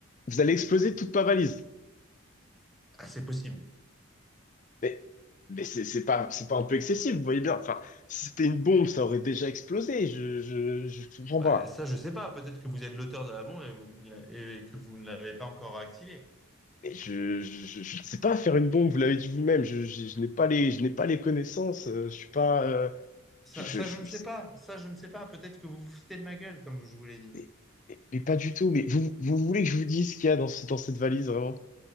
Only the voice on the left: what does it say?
vous allez exploser toute ma valise.
Mais, mais c'est c'est pas, c'est pas un peu excessif, vous voyez bien. Enfin, si c'était une bombe, ça aurait déjà explosé. Je, je, je comprends
pas.
Mais je, je, je- je ne sais pas faire une bombe, vous l'avez dit vous-même. Je, je, je n'ai pas les, je n'ai pas les connaissances. euh, Je suis pas. euh,
je, je-
je-
mais, mais- mais pas du tout. Mais vous, vous voulez que je vous dise ce qu'il y a dans, ce- dans cette valise, vraiment?